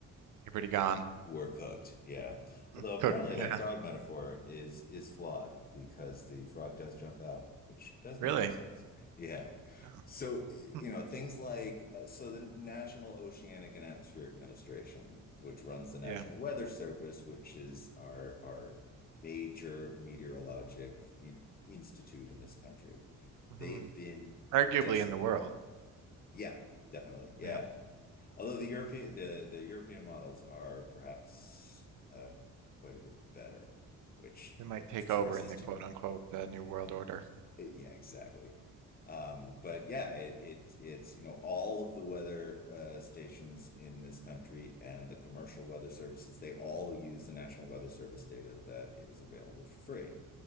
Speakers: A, on the right; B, on the left.
A: you're pretty gone,
B: We're cooked, yeah. Although
A: Mm,
B: apparently
A: cooked. <laughs>
B: that
A: Yeah,
B: frog metaphor is is flawed because the frog does jump out, which does make
A: really.
B: more sense. Yeah.
A: Yeah,
B: So, you
A: Hmm,
B: know, things like uh, so the National Oceanic and Atmospheric Administration, which runs the National
A: yeah.
B: Weather Service, which is our our major meteorologic in, institute in this country,
A: Mhm.
B: they've been
A: Arguably
B: decimated.
A: in the world.
B: Yeah, definitely. Yeah.
A: Yeah,
B: Although the European the the European models are perhaps uh, quite a bit better, which
A: it might take
B: of course
A: over in
B: is
A: the
B: just
A: quote unquote uh, new world order.
B: yeah, exactly. Um, but yeah, it, it it's you know all of the weather uh, stations in this country and the commercial weather services they all use the National Weather Service data that is available for free.